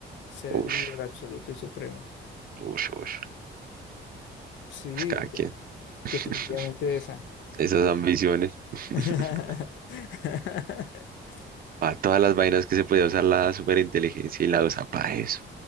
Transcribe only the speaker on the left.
ser el
líder absoluto y supremo.
Sí,
de-
definitivamente esa.
<laughs>